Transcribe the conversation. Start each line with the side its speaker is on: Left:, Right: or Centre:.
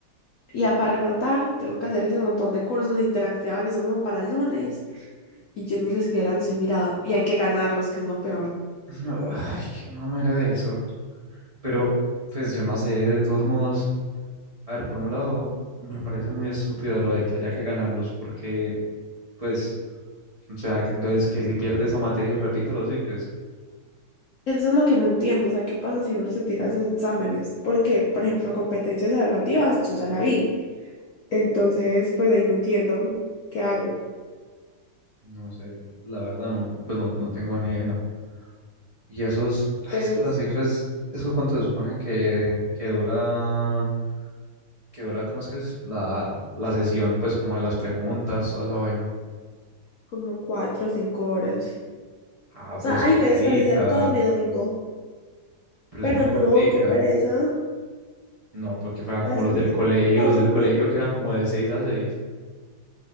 Left: Y ya para rematar, tengo que hacer ese montón de cursos de interactiva que son como para el lunes y yo ni les siquiera los he mirado. Y hay que ganarlos, que es lo peor.
Right: <laughs> Ay, qué mamera eso. Pero, pues yo no
Left: Sí.
Right: sé, de todos modos. A ver, por un lado, me parece muy estúpido lo de que haya que ganarlos, porque, pues, o sea, que entonces que si pierdes esa materia, repite los pues.
Left: Eso es lo que no entiendo, o sea, ¿qué pasa si uno se tira esos exámenes? Porque, por ejemplo, competencias evaluativas, yo ya la vi. Entonces, pues ahí no entiendo qué hago.
Right: No sé, la verdad no, pues no, no tengo ni idea. Y esos, ah,
Left: Tengo
Right: es que las cifras, ¿eso cuánto se supone que, que dura, que dura, ¿cómo es que es? La, la sesión, pues como de las preguntas, toda esa vaina.
Left: como cuatro o cinco horas.
Right: Ah,
Left: O
Right: pero
Left: sea,
Right: es
Left: ahí
Right: cortica,
Left: voy a desperdiciar todo mi domingo.
Right: pero
Left: Pero
Right: es muy cortica.
Left: no, qué pereza.
Right: No, pero que fueran
Left: Voy
Right: como
Left: a desperdiciar
Right: los del colegio,
Left: todo
Right: los del colegio
Left: mi domingo.
Right: que eran como de seis a seis